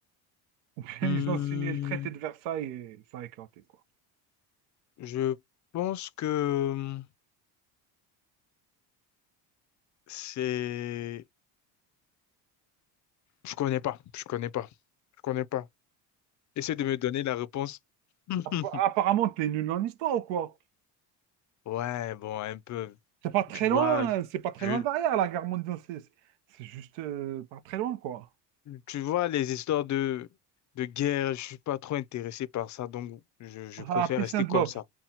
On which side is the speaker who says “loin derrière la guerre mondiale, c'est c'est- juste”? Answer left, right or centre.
Right